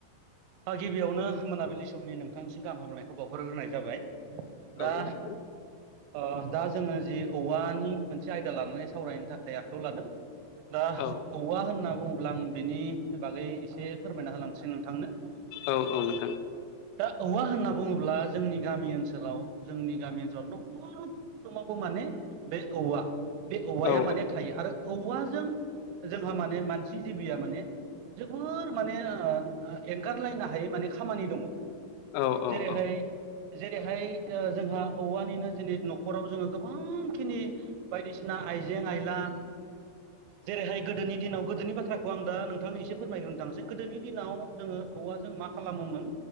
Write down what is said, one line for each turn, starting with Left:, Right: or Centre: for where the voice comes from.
Right: गिबियावनो मोनाबिलि समनि नोंथांसिम गाहाम हामलायखौ बावहरग्रोनाय जाबाय
Left: औ
Right: दा
Left: नोंथां
Right: ओ दा जोङो जि औवानि मोनसे आयदा लानानै सावरायनो थाखाय आखायाव लादों दा
Left: औ
Right: औवा होनना बुङोब्ला आं बिनि बागै एसे फोरमायना होलांसै नोंथांनो।
Left: औ औ नोंथां
Right: दा औवा होनना बुङोब्ला जोंनि गामि ओनसोलाव जोंनि गामि ओनसोलाव न'खर फ्रोमावबो माने बे औवा बे औवाया
Left: औ
Right: माने थायो आरो औवाजों जोंहा माने मानसि जिबिया माने जोबोर माने ओ ओ एंगारलायनो हायै माने खामानि दङ।
Left: औ औ।
Right: जेरैहाय
Left: औ
Right: जेरैहाय जोंहा औवानिनो जनै न'खराव जोङो गोबां खिनि बायदिसिना आइजें आइला जेरैहाय गोदोनि दिनाव गोदोनि बाथ्राखौ आं दा नोंथांनि एसे फोरमायग्रोनो थांसै गोदोनि दिनाव जोङो औवाजों मा खालामोमोन।